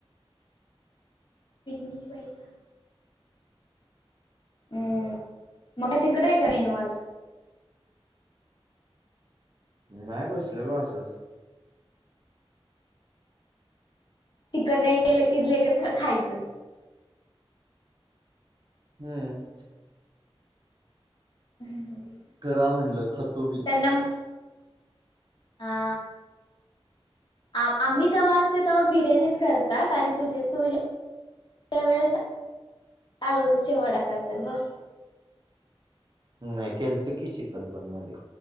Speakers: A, on the left; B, on the right.
A: विगनेश भैय्या. हं. मग काय तिकडे आहे का निन्नू आज?
B: नाही बसलेलो असंच.
A: तिकडंन हे केलं की लगेच खायचं.
B: हं.
A: ह ह
B: करा म्हणलं. खातो मी.
A: त्यांना- हा. आ आम्ही तेव्हा असतो तेव्हा बिर्याणीच करतात. आणि तुझे तु- -झ्या वेळेस आळूच्या वड्या करतात बघ.
B: नाही केलत की चिकनपण मध्ये.